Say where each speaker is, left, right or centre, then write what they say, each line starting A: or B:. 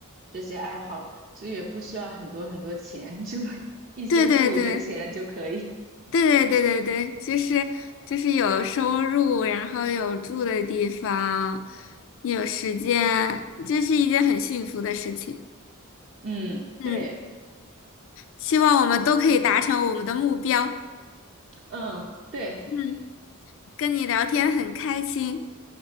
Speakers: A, on the right; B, on the left.
A: 这些爱好，就也不需要很多很多钱，就 <laughs> 一些富余的钱就可以。
B: 对对对对对对对对，就是就是有收入，然后有住的地方，有时间，这是一件很幸福的事情。
A: 嗯，
B: 嗯，
A: 对，
B: 希望我们都可以达成我们的目标。
A: 嗯，对，
B: 嗯，跟你聊天很开心。